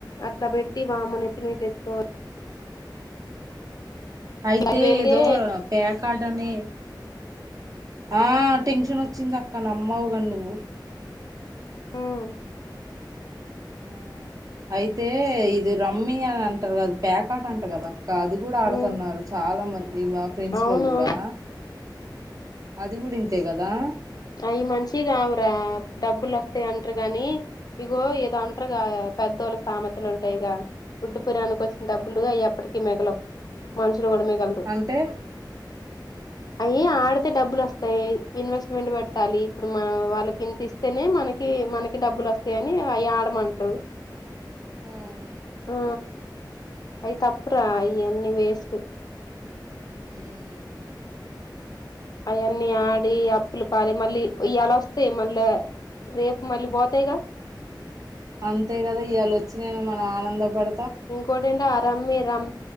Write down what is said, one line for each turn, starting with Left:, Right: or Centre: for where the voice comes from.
Left: అట్లా పెట్టి మా అమ్మ
Right: ఆ
Left: నెత్తి మీద తెచ్చుకో
Right: అయితే
Left: పది వేలకే
Right: ఏదో పేకాడ్ అని ఆ టెన్షన్ వచ్చింది అక్కనమ్మవు కానీ నువ్వు
Left: ఉమ్
Right: ఆ అయితే ఇది రమ్మి యా అని అంటారు కద పేకాట్ అంట కదా ఇక అది కూడా ఆడుతున్నారు
Left: ఉమ్
Right: చాలా మంది మా ఫ్ఫ్రెండ్స్
Left: అవును
Right: లో కూడా అది గూడా ఇంతే గదా
Left: అవి మంచిగావ్ రా డబ్బులు వస్తాయి అంటారు గానీ ఇగో ఏదో అంటారుగా పెద్దోళ్ళ సామెతలు ఉంటాయిగా పుట్టు పురానికి వచ్చిన డబ్బులు
Right: ఆ
Left: అయెప్పటికీ మిగలవ్ మనుషులు గూడమిగలరు
Right: అంటే
Left: అయ్యి ఆడితే డబ్బులు వస్తాయి ఇన్వెస్ట్మెంట్ బె ట్టాలి ఇప్పుడు మన వాళ్ళ కింత ఇస్తేనే మనకి మనకి డబ్బులు వస్తాయ అని అవి ఆడమంటారు
Right: అవును
Left: ఆ అయ్యి తప్పురా ఇ అన్ని వేస్ట్
Right: ఉమ్.
Left: అవన్నీ ఆడి అప్పుల పాలై మళ్ళీ ఇయాలా వస్తాయి మళ్ళా రేపు మళ్ళీ పోతాయిగా
Right: అంతే గదా ఇయాళ వచ్చిన యని మనం ఆనందపడ
Left: ఇంకోటి ఏంట ఆ రమ్మీ రమ్